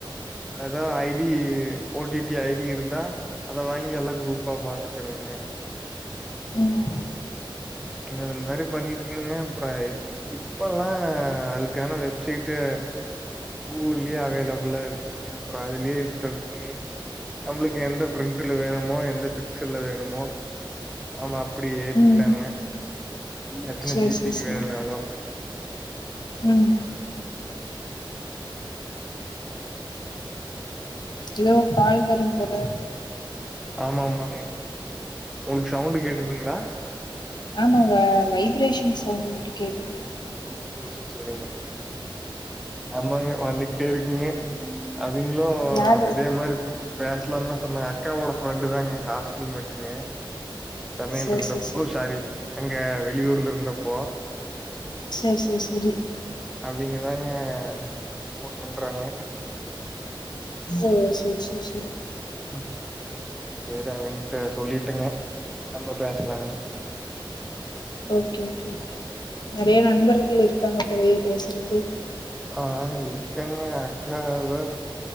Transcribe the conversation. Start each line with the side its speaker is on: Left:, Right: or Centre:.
Centre: எதா ஐடி ஓடிடி ஐடி இருந்தா அத வாங்கி எல்லா குரூப்பா பாத்துக்கறதுங்க
Left: ம்
Centre: அ மாரி பண்ணிட்ருந்தங்க அப்ற இப்பல்லா அதுக்கான வெப்சைட்டு கூகுள்யே அவைலபுல்லா இருக்குங்க அப்ற அதுல்யே இன்ஸ்டால் பண்ணி நம்ளுக்கு எந்த பிரிண்ட்ல வேமோ எந்த பிக்சல்ல வேணுமோ ஆமா அப்டி ஏத்திக்கிலாங்க
Left: ம் ம்.
Centre: எத்தன
Left: சரி
Centre: ஜிபிக்கு
Left: சரி சரி
Centre: வேணுனாலு
Left: ம் எதோ கால் வரும் போல
Centre: ஆமா ஆமாங்க உங்ளுக் சவுண்டு் கேட்டுதுங்ளா
Left: ஆமாங்க வைப்ரேஷன்‌ சவுன்டு மட்டும் கேக்குது
Centre: சே சே சேரிங்க ஆமாங்க வந்துக்ட்டே இருக்குங்க அ விங்ளு
Left: யாரு
Centre: இதே மாரி பேசலாந்தா சொன்னா அக்காவோட ஃப்ரெண்டு தாங்க ஹாஸ்டல் மெட்டுங்க சென்னைல்ருந்தப்போ
Left: சேரி சேரி
Centre: சாரி ங்க வெளியூர்ல இருந்தப்போ
Left: சேர் சேர் செரி
Centre: அவிங்கதாங்க ஃபோன் பண்றாங்க
Left: ஓ சேர் சேர் செரி
Centre: உம் செரி அவங்கிட்ட சொல்லிட்டங்க நம்ப பேசலாங்க
Left: ஓகே ஓகே ஓகே நெறைய நண்பர்கள் இருக்காங்க போலயே பேசறக்கு
Centre: ஆஹ இருக்காங்க அக்கா வ